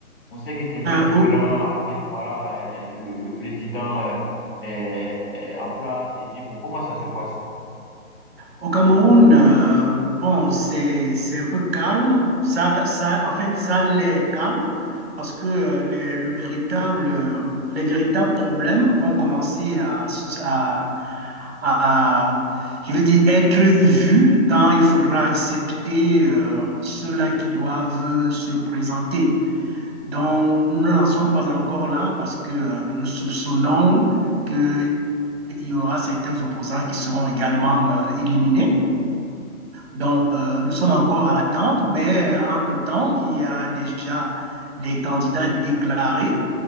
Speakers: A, on the left (about 40°); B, on the right (about 50°).
A: On sait que c'est un peu
B: Euh,
A: différent
B: au,
A: avec voilà euh, le, le président euh, euh, en place et puis bon comment ça se passe?
B: Au Cameroun, euh, bon, c'est, c'est un peu calme. Ça, ça, en fait, ça l'est calme parce que euh, les, le véritable, euh, les véritables problèmes vont commencer à, à, à, je vais dire, être vus quand il faudra accepter euh, ceux-là qui doivent se présenter. Donc, nous n'en sommes pas encore là parce que euh, nous soupçonnons qu'il y aura certains opposants qui seront également euh, éliminés. Donc, euh, nous sommes encore à l'attente, mais euh, entre-temps, il y a déjà des candidats déclarés